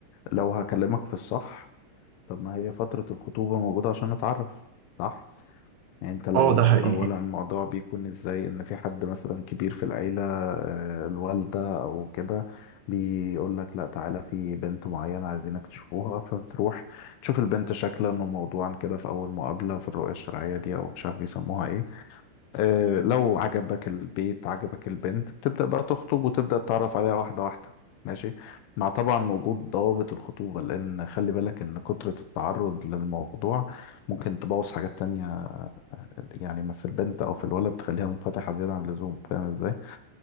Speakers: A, on the left; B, on the right.
A: لو هكلمك في الصح طب ما هي فترة الخطوبة موجودة عشان نتعرف صح؟ يعني انت لو
B: أه ده حقيقي
A: اولا الموضوع بيكون ازاي ان في حد مثلا كبير في العيلة آه، الوالدة او كده بيقول لك لا تعالى في بنت معينة عايزينك تشوفوها فبتروح تشوف البنت شكلا وموضوعا كده في اول مقابلة في الرؤية الشرعية دي او مش عارف بيسموها ايه آه، لو عجبك البيت عجبك البنت بتبدأ بقى تخطب وتبدأ تتعرف عليها واحدة واحدة ماشي مع طبعا وجود ضوابط الخطوبة لأن خلي بالك إن كترة التعرض للموضوع ممكن تبوظ حاجات تانية يعني ما في البنت أو في الولد تخليها منفتحة زيادة عن اللزوم فاهم إزاي؟